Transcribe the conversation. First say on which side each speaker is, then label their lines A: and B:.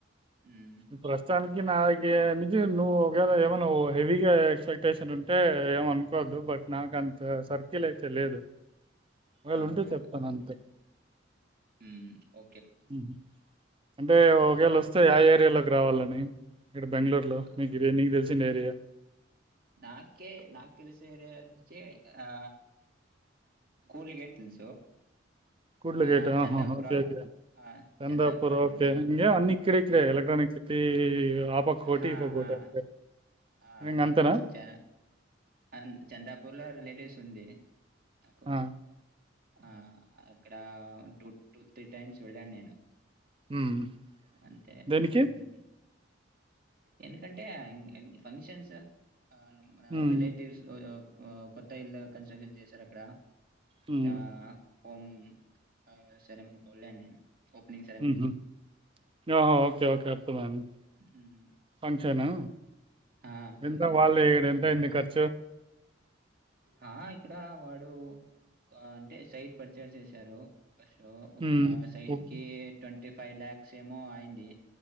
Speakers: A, on the right; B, on the right.
A: హ్మ్.
B: ఉ ప్రస్తుతానికి ఇగ నాకి నిజగా నువ్వు ఒకవేళ ఏమోన్నావో హెవీగా ఎక్స్పెక్టేషన్ ఉంటే ఏం అనుకోద్దు బట్ నాకు అంత సర్కిల్ అయితే లేదు. ఒకవేళ
A: అవున
B: ఉంటే చెప్తాను
A: అహుమ్
B: అంతే
A: హ్మ్ ఓ
B: ఉహు అంటే ఒకేళ వస్తే అయ్ ఏరియాలోకి రావాలని ఇక్కడ బెంగళూరు లో
A: ఆ,
B: మీకు ఇది నీకు తెలిసిన ఏరియా.
A: నాకే నాక్ తెలిసే ఏరియాచ్చి ఆ కూల్ గేట్ తెలుసు
B: కూట్లకేట
A: ఆ చందాపురా
B: ఓకే ఓకే
A: ఆ
B: చందాపూర్
A: చందాపురా
B: ఓకే.
A: తెలుసు
B: ఇంగేం అన్నీ ఇక్కడే ఇక్కడే
A: ఆ
B: ఎలక్ట్రానిక్ సిటీ ఆ పక్కోటి,
A: ఆహహా
B: ఈ పక్కోటి అంతే.
A: ఆ
B: ఇంగ
A: అన్ని
B: అంతేనా?
A: తెలుసు చ అన్ చందాపూర్లో రిలేటివ్స్ ఉంది. నాకు
B: ఆ!
A: ఆ అద్ ఇక్కడ టూ, టూ, త్రీ, టైమ్స్ వెళ్ళాను. నేను
B: ఉహు
A: అంతే.
B: దేనికి
A: హ్మ్. ఎందుకంటే ఆ ఇంగ్ ఇంగ్ ఫంక్షన్సు ఆనం రావ్
B: హ్మ్.
A: రిలేటివ్స్ ఆ వావ్ కొత్త ఇల్లు కన్స్ట్రక్షన్ చేశారు. అక్కడ
B: హ్మ్.
A: ఆ కొం ఆ సరే మని పోలే నేను ఓపెనింగ్ సెరమనీకి.
B: ఉహు ఇగ ఆ ఓకే ఓకే అర్థమైంది.
A: హ్మ్.
B: ఫంక్షన్ ను
A: ఆ! ఫంక్షన్
B: ఎంత వాళ్ళు
A: అంతే.
B: ఇడ ఎంతయింది. ఖర్చు
A: ఆ ఇక్కడ వాడు కో ఆ అంటే సైట్ పర్చేస్ చేశారు. ఒక్క షో
B: హ్మ్.
A: ఆ సైట్
B: ఫుడ్
A: కి ట్వం టీ ఫైవ్ ల్యాక్స్ ఏమో అయింది.